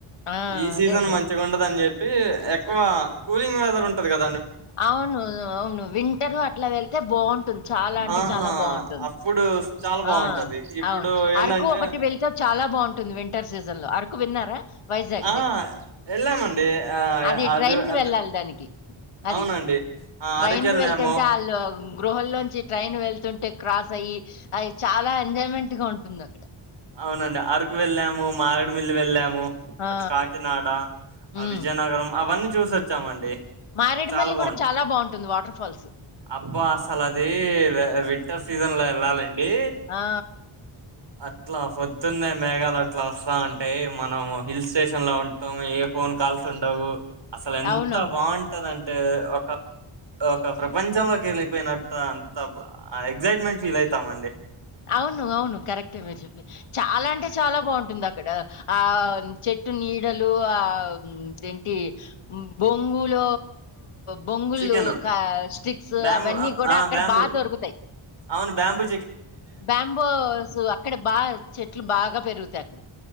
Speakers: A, on the left (about 80°); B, on the right (about 55°).
A: ఆ!
B: ఈ సీజన్
A: అదే అదే.
B: మంచిగా ఉండదు అని చెప్పి ఎక్కువ కూలింగ్ వెదర్ ఉంటది కదా
A: అవును అవును వింటరు అట్లా వెళ్తే బాగుంటుంది చాలా అంటే
B: ఆహా
A: చాలా బాగుంటుంది
B: అప్పుడు చాలా బాగుంటది
A: ఆ
B: ఇప్పుడు
A: అవును
B: ఏందంటే
A: అరకు ఒకటి వెళ్తే చాలా బాగుంటుంది వింటర్ సీజన్ లో అరకు విన్నారా వైజాగ్
B: ఆ
A: దగ్గర
B: వెళ్ళామండి ఆ
A: అది
B: అటు
A: ట్రైన్ కి
B: అటు
A: వెళ్ళాలి దానికి అది
B: అవునండి ఆ
A: ట్రైన్
B: అరకెళ్ళాము
A: కు వెళ్తుంటే అళ్ళు గృహల్లోంచి ట్రైన్ వెళ్తుంటే క్రాస్ అయ్యి అది చాలా ఎంజాయ్మెంట్ గా ఉంటుంది అక్కడ
B: అవునండి అరకు వెళ్ళాము మారేడుమిల్లి వెళ్ళాము
A: ఆ!
B: అటు కాకినాడ
A: హ్మ్.
B: ఆ విజయనగరం అవన్నీ చూసొచ్చామండి
A: మారేడుమల్లి
B: చాలా బాగుంటారు
A: గూడా చాలా బావుంటుంది వాటర్ ఫాల్స్.
B: అబ్బా అసలు అది విం వింటర్ సీజన్ లో వెళ్ళాలండి
A: ఆ!
B: అం ఇట్లా పొద్దున్నే మేఘాలు అట్లా వస్తా అంటే మనం హిల్ స్టేషన్ లో ఉంటాం ఏ ఫోన్ కాల్స్ ఉండవు అసలు ఎంత
A: అవునవును.
B: బాగుంటది అంటే ఒక ఒక ప్రపంచంలోకి వెళ్ళిపోయినట్ అంత ఎగ్సైట్మెంట్ ఫీల్ అయితాం అండి
A: అవును అవును కరెక్టే మీరు చెప్పి చాలా
B: హ్మ్.
A: అంటే చాలా బాగుంటుంది అ క్కడ ఆ చెట్టు నీడలు ఆ ఏంటి బొంగులో
B: <inaudible>
A: బొంగులు
B: చికెను
A: క స్టిక్స్
B: బ్యాంబు
A: అవన్నీ గూడా
B: ఆ
A: అక్కడ
B: బ్యాంబు
A: బా దొరుకుతాయి.
B: అవును బ్యాంబు
A: బ్యాంబోస్ అక్కడ బాగా చెట్లు బాగా పెరుగుతాయి అక్కడ